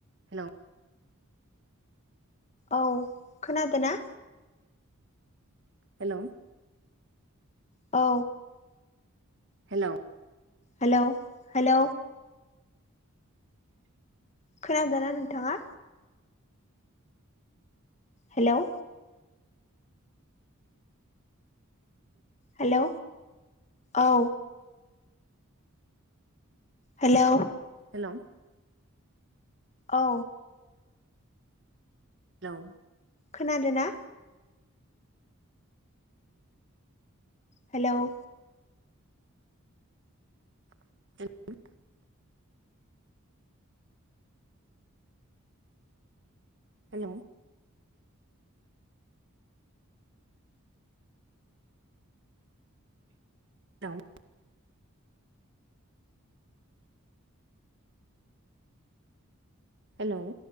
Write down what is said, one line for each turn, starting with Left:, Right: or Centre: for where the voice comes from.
Right: हेलो
Left: औ खोनादो ना।
Right: हेल
Left: औ
Right: हेल
Left: हेल हेल खोनादो ना नोंथाङा? हेल हेलौ औ हेलौ
Right: हेलौ
Left: औ
Right: हेल
Left: खोनादोना? हेल
Right: <unintelligible> हेल हेल हेल